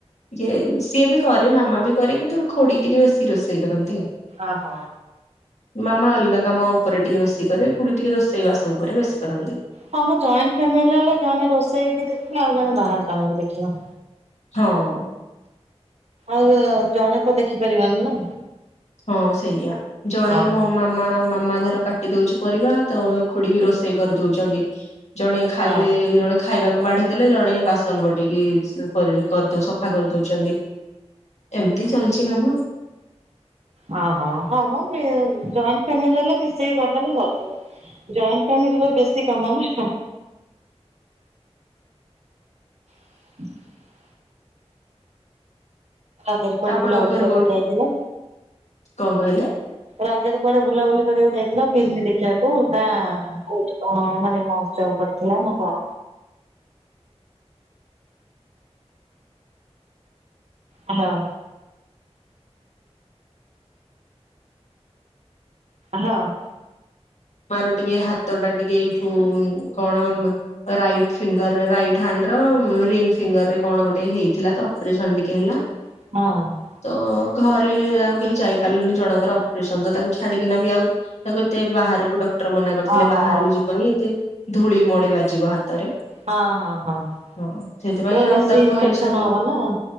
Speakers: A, on the left; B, on the right.
A: ଜେ ସିଏ ବି କରେ ମାମା ବି କରେ କିନ୍ତୁ ଖୁଡି ଟିକେ ବେଶୀ ରୋଷେଇ କରନ୍ତି ଆଉ।
B: ଅହ।
A: ମାମା ଅଲଗା କାମ ଉପରେ ଟିକେ ବେଶୀ କରେ ଖୁଡି ଟିକେ ରୋଷେଇ ବାସ ଉପରେ ବେଶୀ କରନ୍ତି।
B: ହଁ ମ ଜଏଣ୍ଟ ଫ୍ୟାମିଲି ହେଲେ ଜଣେ ରୋଷେଇ ବି ଦେଖିବା ଆଉ ଜଣେ ବାହାର କାମ କୁ ଦେଖିବ।
A: ହୋଉ।
B: ଆଉ ଜଣେ ତ ଦେଖିପାରିବନି ନା?
A: ହଁ ସେଇଆ ଜଣେ
B: ହଁ
A: ମୋ ମାମା ମାମା ତାର କାଟି ଦଉଛି ପରିବା ତ ଖୁଡିକି ରୋଷେଇ କରିଦଉଛନ୍ତି। ଜଣେ ଖାଇଲେ
B: ହଁ
A: ଜଣେ ଖାଇବାକୁ ବାଢିଥିଲେ ଜଣେ ବାସନ ଗୋଟେକି କରିଦଉ ସଫା କରିଦଉଛନ୍ତି। ଏମିତି ଚାଲିଛି କାମ।
B: ଓହୋ ହଁ ମ ଜଏଣ୍ଟ ଫାମିଲ ହେଲେ ମିଶେଇକି କରିଦେଲେ ସରିଯିବ। ଜଏଣ୍ଟ ଫ୍ୟାମିଲି ର ବେଶୀ କାମ ନା। <inaudible> ଧିରେ କୁଆଡେ
A: ଆପଣଙ୍କ
B: ବୁଲା ବୁଲି
A: ଘର
B: କରିବାକୁ
A: କୋଉଠି
B: ଯାଇଥିଲ?
A: କଣ କହିଲେ?
B: ରଜରେ କୁଆଡେ ବୁଲାବୁଲି କରିବାକୁ ଯାଇଥିଲ ଫିଲ୍ମ ଦେଖିବାକୁ ନା କୋଉଠି କଣ ମାନେ ମୋହଶ୍ଚବ ପଡିଥିଲା ନା କଣ? ହାଲୋ। ହାଲୋ।
A: ମାର ଟିକେ ହାତ ଟା ଟିକେ ଏଇଠୁ କଣ ରାଇଟ ଫିଙ୍ଗରରେ ରାଇଟ୍ ହ୍ୟାଣ୍ଡ ର ରିଙ୍ଗ ଫିଙ୍ଗରରେ କଣ ଗୋଟେ ହେଇଥିଲା ତ। ପରେଶନ ଟିକେ ହେଲା।
B: ହଁ।
A: ତ ଘରେ ଆଉ କେହି ଯାଇପାରିଲୁନି। ଜଣଙ୍କର ଅପରେସନ ତ ତାକୁ ଛାଡିକିନା ବି ଆଉ ତାକୁ ଏତେ ବାହାରକୁ କ୍ଟର ମନା କରିଥିଲେ
B: ଓହୋ।
A: ବାହାରକୁ ଯିବନି ଏତେ ଧୂଳି ମଳି ବାଜିବ ହାତରେ
B: ହଁ ହଁ ହଁ
A: ହ ସେଥିପାଇଁ
B: ବେଶୀ
A: ଆଉ ତାକୁ
B: ଇନଫେକ୍ସନ
A: ଘରେ ଛାଡିକି
B: ହବ ନା